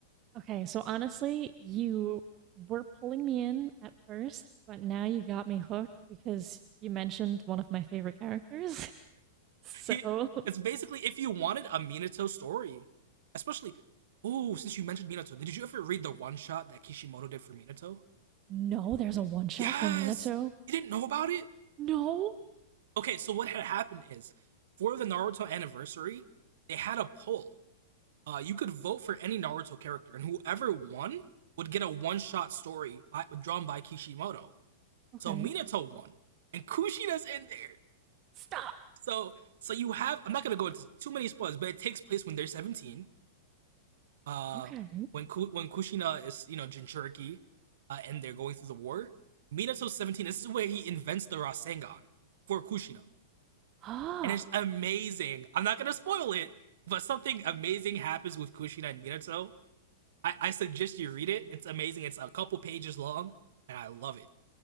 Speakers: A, on the right; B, on the right.
A: Okay, so honestly, you were pulling me in at first, but now you got me hooked because you mentioned one of my favorite characters. <laughs> So
B: He it's basically if you wanted a Minato story, especially oh since you mentioned Minato, did you ever read the one shot that Kishimoto did for Minato?
A: No, there's a one shot
B: Yes,
A: for Minato.
B: you didn't know about it.
A: No.
B: Okay, so what had happened is for the Naruto anniversary, they had a poll. Uh, you could vote for any Naruto character, and whoever won would get a one-shot story by, drawn by Kishimoto.
A: Okay.
B: So Minato won, and Kushina's in there.
A: Stop.
B: So so you have I'm not gonna go into too many spoilers, but it takes place when they're 17. Uh,
A: Okay.
B: when when Kushina is you know Jinchuriki, uh, and they're going through the war. Minato's 17. This is where he invents the Rasengan for Kushina,
A: Ah,
B: and it's amazing. I'm not gonna spoil it, but something amazing happens with Kushina and Minato. I, I suggest you read it. It's amazing. It's a couple pages long, and I love it.